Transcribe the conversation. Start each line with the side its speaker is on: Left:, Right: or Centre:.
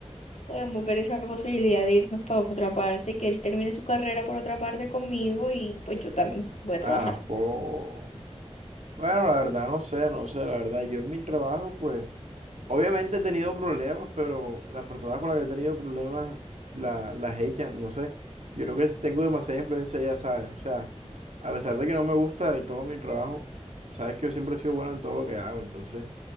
Left: podemos ver esa posibilidad de irnos para otra parte, que él termine su carrera por otra parte conmigo y pues yo también voy a
Right: Ajo.
Left: trabajar.
Right: Bueno, la verdad, no sé, no sé, la verdad. Yo en mi trabajo, pues, obviamente he tenido problemas, pero las personas con las que he tenido problemas la, las echan, no sé. Yo creo que tengo demasiada influencia, ya sabes. O sea, a pesar de que no me gusta del todo mi trabajo, sabes que yo siempre he sido bueno en todo lo que hago, entonces.